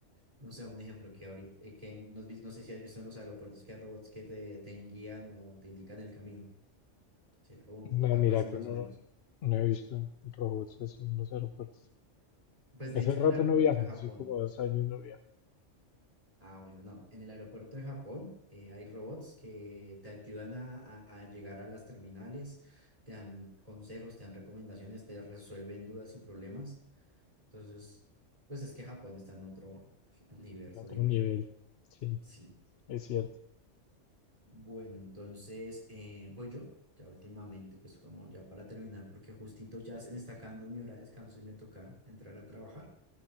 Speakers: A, on the right; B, on the left.
A: no sé, un ejemplo que ahorita, eh, que no, has vis- no sé si has visto en los aeropuertos que hay robots que te, te guían o te indican el camino. Sería como
B: No,
A: algo
B: mira
A: así
B: que
A: más
B: no,
A: o menos.
B: no he visto robots así en los aeropuertos.
A: Pues
B: Hace
A: de hecho
B: rato
A: en el aeropuerto
B: no viajo,
A: de Japón.
B: así como dos años no viajo,
A: Ah, bueno, no. En el aeropuerto de Japón eh, hay robots que te ayudan a, a- a llegar a las terminales, te dan consejos, te dan recomendaciones, te resuelven dudas y problemas. Entonces, pues es que Japón está en otro <laughs> universo,
B: en otro
A: digo
B: nivel.
A: yo.
B: Sí,
A: Sí.
B: es cierto.
A: Bueno, entonces eh, voy yo. Ya últimamente, pues como ya para terminar, porque justito ya se me está acabando mi hora de descanso y me toca entrar a trabajar.